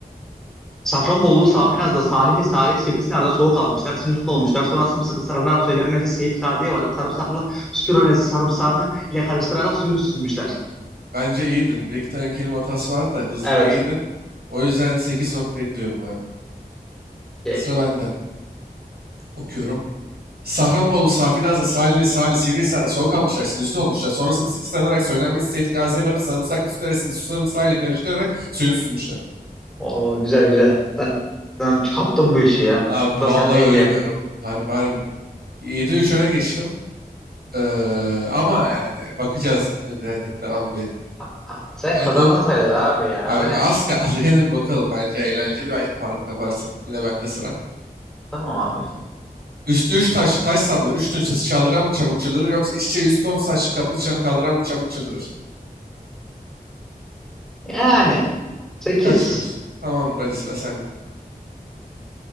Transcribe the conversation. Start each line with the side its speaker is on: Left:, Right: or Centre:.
Centre: Safranbolulu, Safinazlı, Salihli, Salih, Sivrisinar'da soğuk almışlar, sinüzit olmuşlar. Sonra sımsıkı sarımlar söylenmesi Seyit Gazi'ye varıp sarımsaklı sütüronesi sarımsağını ile karıştırarak suyunu süzmüşler.
Right: Bence iyiydin. Bir iki tane kelime hatası vardı da hızlı
Centre: Evet.
Right: ve iyiydin. O yüzden sekiz nokta ediyorum abi.
Centre: Ye-
Right: Sıra bende. Okuyorum. Safranbolu, Safinaz'la, Salihli, Salih, Sivrihisar'da soğuk almışlar, sinüzde olmuşlar. Sonra sımsıkı sarılarak söylenmesi Seyit Gazi'ye varıp sarımsaklı su teresini su sarımsağıyla karıştırarak suyunu süzmüşler.
Centre: Oo, güzel güzel. Sen, sen kaptın bu işi ya.
Right: Abi
Centre: Bu da
Right: valla
Centre: sendeydi
Right: öğreniyorum.
Centre: yani.
Right: Harbi harbi Yedi üç öne geçtim. Ee, ama yani bakacağız. Hadi hadi devam bir.
Centre: Ha, Sen
Right: E,
Centre: kazandın
Right: dog...
Centre: sayılır abi ya.
Right: Abi,
Centre: Bu ne?
Right: az kaldı <laughs> yine bir bakalım. Bence eğlenceli belki farkı kaparsın. Yine bende sıra.
Centre: Tamam abi.
Right: Tamam. Üstü 3 taşlı taş sablı 3 tunç taşı çaldıran mı çabuk çıldırır yoksa iç içe yüz ton saçlı kaplı çanı kaldıran mı çabuk çıldırır?
Centre: Yani 8.
Right: Kaç veriyorsun? Tamamdır hadi sıra sende.